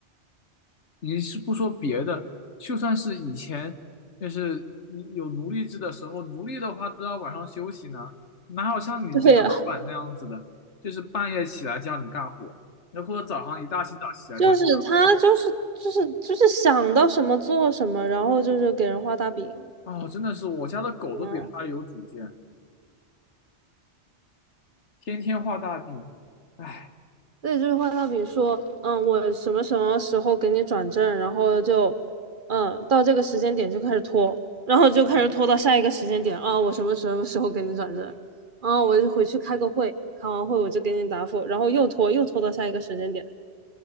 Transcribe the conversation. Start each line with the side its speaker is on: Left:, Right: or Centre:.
Left: 你是不说别的，就算是以前，就是你有奴隶制的时候，奴隶的话都要晚上休息呢，哪有像你这个老板那样子的，
Right: 对呀、
Left: 就是半夜起来叫你干活，然后或者早上一大清早起来叫你干。
Right: 就是他就是就是就是想到什么做什么，然后就是给人画大饼，
Left: 哦，真的是我家的狗都比他有主见，
Right: 嗯，
Left: 天天画大饼，唉。
Right: 对，就是画大饼说，嗯，我什么什么时候给你转正，然后就，嗯，到这个时间点就开始拖，然后就开始拖到下一个时间点，啊，我什么什么时候给你转正，啊，我就回去开个会，开完会我就给你答复，然后又拖又拖到下一个时间点，